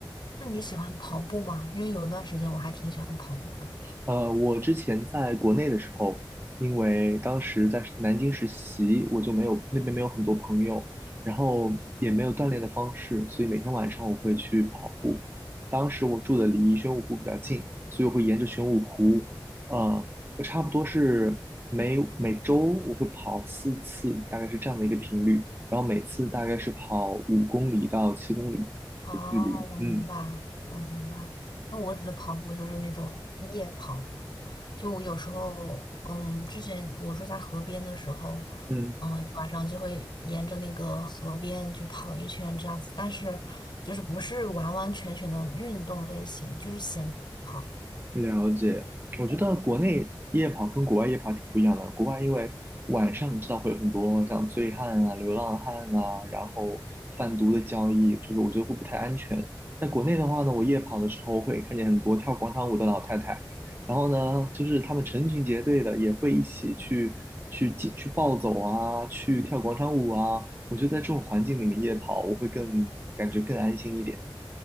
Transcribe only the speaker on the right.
呃，我之前在国内的时候，因为当时在南京实习，我就没有那边没有很多朋友，然后也没有锻炼的方式，所以每天晚上我会去跑步。当时我住的离玄武湖比较近，所以我会沿着玄武湖，呃，我差不多是每每周我会跑四次，大概是这样的一个频率，然后每次大概是跑五公里到七公里的距离，
嗯。
嗯，
了解，我觉得国内夜跑跟国外夜跑挺不一样的。国外因为晚上你知道会有很多像醉汉啊、流浪汉啊，然后贩毒的交易，就是我觉得会不太安全。在国内的话呢，我夜跑的时候会看见很多跳广场舞的老太太，然后呢，就是他们成群结队的也会一起去去进去暴走啊，去跳广场舞啊。我觉得在这种环境里面夜跑，我会更感觉更安心一点。